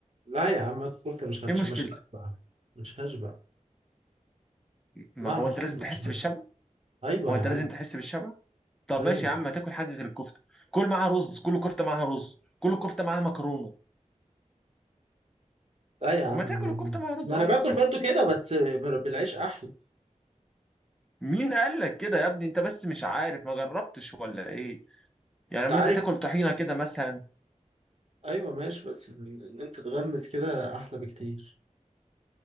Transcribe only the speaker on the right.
لا يا عم الكفتة مش هتش...
مش هشبع مش هشبع
مهما
حط
مش
هشبع
ايوه
يا
عم
ايوه
لا يا عم
ما
انا باكل
برضو كده بس بر- بالعيش احلى
انت
عارف
ايوه ماشي بس ال- ان انت تغمس كده احلى بكتير